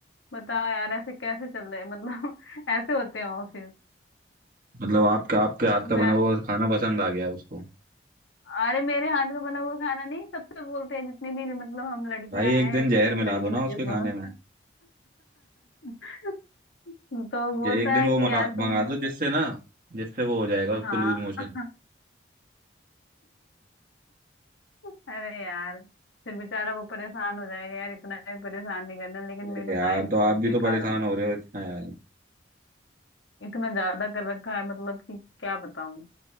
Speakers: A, on the left; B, on the right.
A: बताओ यार ऐसे कैसे चल रहे हैं मतलब <laughs> ऐसे होते हैं ऑफिस
B: मतलब आपके आपके हाथ
A: तो मैं
B: का बना हुआ खाना पसंद आ गया उसको
A: अरे मेरे हाथ का बना हुआ खाना नहीं सबसे बोलते हैं जितने भी मतलब हम लड़कियां
B: भाई
A: हैं
B: एक दिन
A: जितने
B: जहर
A: भी
B: मिला
A: लड़के
B: दो
A: लगे
B: ना उसके
A: हुए
B: खाने
A: हैं सब
B: में
A: <laughs> तो बोलता
B: कि एक दिन
A: है
B: वो
A: कि
B: मंगा
A: यार तुम
B: मंगा
A: लोग
B: दो जिससे ना जिससे वो हो जाएगा
A: हाँ
B: उसको लूज मोशन
A: <laughs> अरे यार फिर बेचारा वो परेशान हो जाएगा यार इतना भी परेशान नहीं करना लेकिन
B: अरे
A: मेरी
B: यार
A: लाइफ
B: तो आप
A: बहुत
B: भी
A: बेकार
B: तो परेशान
A: हो गई
B: हो रहे हो इतना यार
A: इतना ज्यादा कर रखा है मतलब कि क्या बताऊं